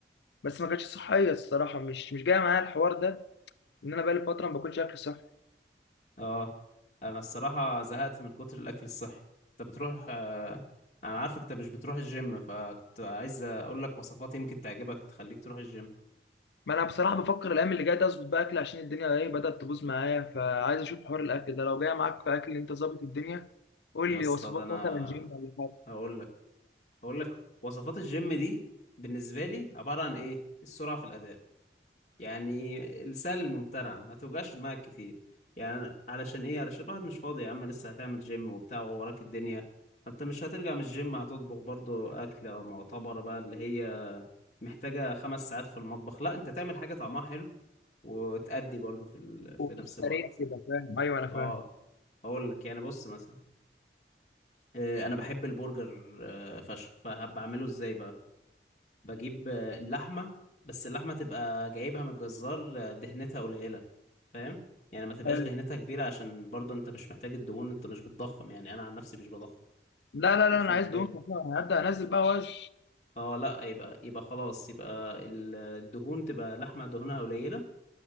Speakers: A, on the left; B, on the left.
A: بس ما كانتش صحيه الصراحه مش مش جايه معايا الحوار ده ان انا بقالي فتره ما باكلش اكل صحي
B: اه انا الصراحة زهقت من كتر الاكل الصحي انت بتروح آه، انا عارفك انت مش بتروح الجيم فكنت عايز اقول لك وصفات يمكن تعجبك تخليك تروح الجيم
A: ما انا بصراحه بفكر الايام اللي جايه دي اظبط بقى اكل عشان الدنيا ايه بدات تبوظ معايا فعايز اشوف حوار الاكل ده لو جاي معاك في اكل انت ظابط الدنيا قول
B: يا اسطى
A: لي وصفات
B: ده انا
A: مثلا جيم ولا حاجه
B: هقول لك هقول لك وصفات الجيم دي بالنسبة لي عبارة عن ايه السرعة في الاداء يعني السهل الممتنع ما توجعش دماغك كتير يعني علشان ايه علشان الواحد مش فاضي يا عم لسه هتعمل جيم وبتاع ووراك الدنيا فانت مش هترجع من الجيم هتطبخ برضو اكلة معتبرة بقى اللي هي محتاجة خمس ساعات في المطبخ لا انت تعمل حاجة طعمها حلو وتأدي برضو في ال... في
A: وفي
B: نفس
A: السريع
B: الوقت
A: كده فاهم ايوه انا فاهم
B: اه هقول لك يعني بص مثلا آه، انا بحب البرجر آه، فشخ فبعمله ازاي بقى بجيب آه، اللحمة بس اللحمة تبقى جايبها من الجزار آه، دهنتها قليلة فاهم يعني ما تبقاش
A: حلو
B: دهنتها كبيرة عشان برضه انت مش محتاج الدهون انت مش بتضخم يعني انا عن نفسي مش بضخم
A: لا لا
B: فمش
A: لا انا
B: محتاج
A: عايز دهون خفيفه انا هبدا انزل بقى وزن
B: اه لا يبقى يبقى خلاص يبقى ال- الدهون تبقى لحمة دهونها قليلة